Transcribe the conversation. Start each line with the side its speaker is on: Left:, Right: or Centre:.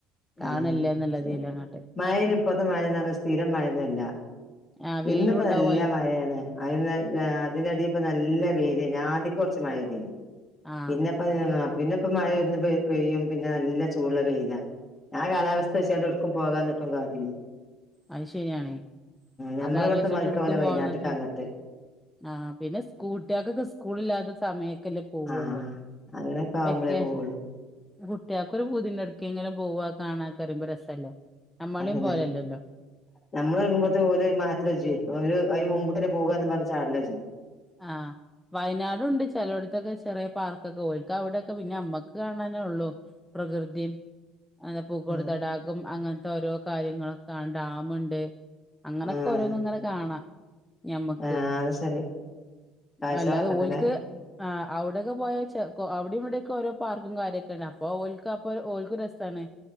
Centre: കാണല്ലേ
Left: ഉം
Centre: എന്നുള്ളതില്
Left: ശരി
Centre: അങ്ങട്ട്
Left: മഴയ്ന് ഇപ്പത്തെ മഴ നല്ല സ്ഥിരം മഴൊന്നല്ല
Centre: ആഹ് വെയിലും
Left: ഇന്ന്പ്പോ
Centre: ഉണ്ടാവും
Left: നല്ല
Centre: അയിന്
Left: മഴയാണ് അയ് അതിന്റെടി ഇപ്പൊ നല്ല വെയ്ലേനി ആദികൊർച് മഴ പെയ്തീനി.
Centre: ആഹ്
Left: പിന്നെപ്പ! പിന്നെയിപ്പ മഴയൊന്നു പെയ പെയ്യും. പിന്നെ നല്ല ചൂടുള്ള വെയിലാ! ആഹ്! കാലാവസ്ഥ വെച്ചു എടുക്കും പോകാതിരുന്നിട്ടും കാര്യില്ല.
Centre: അത് ശരിയാണേ!
Left: ഞമ്മളെ
Centre: അതലോചിച്ചിട്ട്
Left: ഇവിടുത്തെ മാതിരിക്കാവൂല
Centre: എടുക്കും പോവാതിന്നിട്ട്!
Left: വയനാട്ട്ക്ക് അങ്ങട്ട്
Centre: ആഹ്! പിന്നെ സ്കൂട്ടിയോൾക്കൊക്കെ സ്കൂളി ല്ലാതെ! ല്ല പോവുള്ളൂ.
Left: ആഹ് അങ്ങനെയൊക്കെ ആവുമ്പോളേ
Centre: വെക്കേ!
Left: പോവുള്ളൂ
Centre: കുട്ടിയോക്കൊരു ഒരു പൂതിണ്ട് ഇടക്കെങ്കിലും പോവാ കാണാത്തറിയുമ്പോ രസല്ലെ. നമ്മളെയും
Left: അതന്നെ
Centre: പോലെല്ലല്ലോ.
Left: നമ്മള് ഇറങ്ങുമ്പോത്ത് ഓല് മാറ്റലജേ ഓല് അയ്ന് മുമ്പ്ക്കന്നെ പോകാന്നും പർഞ്ഞ് ചാടലജും.
Centre: ആ വയനാടുണ്ട് ചെലോട്ത്തൊക്കെ ചെ കുറെ പാർക്കൊക്കെ പോയി ഇക്ക അവിടെൊക്കെ പിന്നെ അമ്മക്ക് കാണാനേ ഉള്ളു പ്രകൃതിയും! പൂക്കോട്
Left: ഉം
Centre: തടാകം. അങ്ങനത്തെ ഓരോ കാര്യങ്ങളൊക്കെ ഡാമുണ്ട്. അങ്ങനൊക്കെ
Left: ആഹ്
Centre: ഓരോന്നും ഇങ്ങനെ കാണാം! ഞമ്മക്ക്.
Left: ആഹ് അത് ശരി കാഴ്ചകളൊക്കെ
Centre: അല്ലാതെ
Left: ഉണ്ടല്ലേ
Centre: ഓൽക്ക്! ആ അവ്ടൊക്കെ പോയാ ചെ കോ അവിടിം ഇവിടിയൊക്കെ ഓരോ പാർക്കും കാര്യൊക്കെണ്ട് അപ്പൊ ഓൽക്ക് അപ്പൊ ഓൽക്ക് രസാണ്.